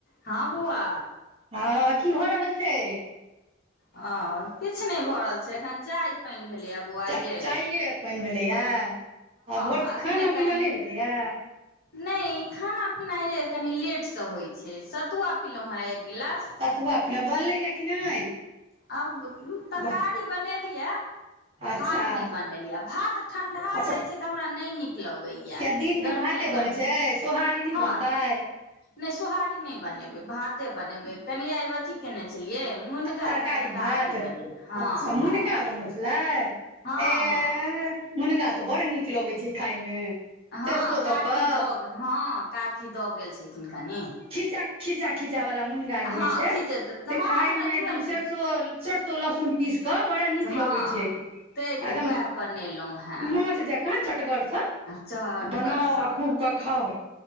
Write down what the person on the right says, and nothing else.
हँ कि भऽ रहल छै।
चा चाइए पानि भेलैया आ भोर
से
खाना पीना
नहि भेलैया
सुतआ पिलो ये बनलैएा कि नहि
वाह
अच्छा
अच्छा
किया दिनमे
भाते
बनै छै सोहारी नहि
बनतै
तरकारी
भात
अच्छा मुनगा
बनल छलै
ए
मुनगा तऽ बड़ नीक लगै छै खायमे
सरिसो
दऽ कऽ
खिजजा खिज्जा खिज्जा वाला मुनगा
होई छै
तऽ खाय
मे एकदम
सरसो सरसो लहसुन पीस के बड़ा नीक
लगे छै एकदम
माछ जका चटगर से
बनाऊ आ खूब के खाउ